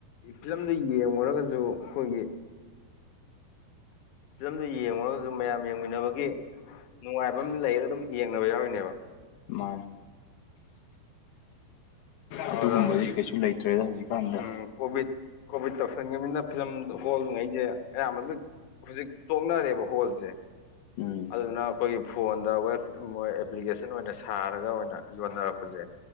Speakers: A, on the left; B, on the left.
A: ꯐꯤꯂꯝꯗꯨ ꯌꯦꯡꯉꯨꯔꯒꯁꯨ ꯑꯩꯈꯣꯏꯒꯤ ꯐꯤꯂꯝꯗꯨ ꯌꯦꯡꯂꯉꯨꯔꯒꯁꯨ ꯃꯌꯥꯝ ꯌꯦꯡꯃꯤꯟꯅꯕꯒꯤ ꯅꯨꯡꯉꯥꯏꯕ ꯑꯃ ꯂꯩꯔꯒ ꯑꯗꯨꯝ ꯌꯦꯡꯅꯕ ꯌꯥꯎꯔꯤꯅꯦꯕ
B: ꯃꯅꯤ
A: ꯑꯗꯨꯗ
B: ꯑꯗꯨꯒꯨꯝꯕꯗꯤ ꯀꯩꯁꯨ ꯂꯩꯇ꯭ꯔꯦꯗ ꯍꯧꯖꯤꯛꯀꯥꯟꯗ
A: ꯎꯝ ꯀꯣꯚꯤꯠ ꯀꯣꯚꯤꯠ ꯇꯧꯁꯟꯒꯤꯝꯅꯤꯅ ꯐꯤꯂꯝ ꯍꯣꯜꯉꯩꯁꯦ ꯑꯌꯥꯝꯕ ꯂꯣꯏ ꯍꯧꯖꯤꯛ ꯇꯣꯛꯅꯔꯦꯕ ꯍꯣꯜꯁꯦ
B: ꯎꯝ
A: ꯑꯗꯨꯅ ꯑꯩꯈꯣꯏꯒꯤ ꯐꯣꯟꯗ ꯋꯦꯕ ꯃ ꯑꯦꯄ꯭ꯂꯤꯀꯦꯁꯟ ꯑꯣꯏꯅ ꯁꯥꯔꯒ ꯑꯣꯏꯅ ꯌꯣꯟꯅꯔꯛꯄꯁꯦ